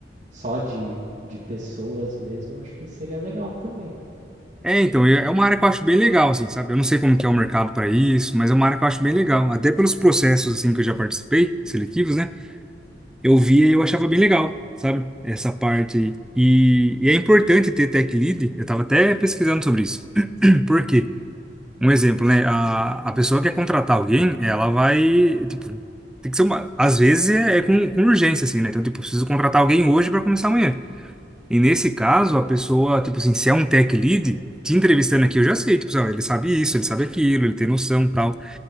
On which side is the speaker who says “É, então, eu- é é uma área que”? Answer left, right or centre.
Centre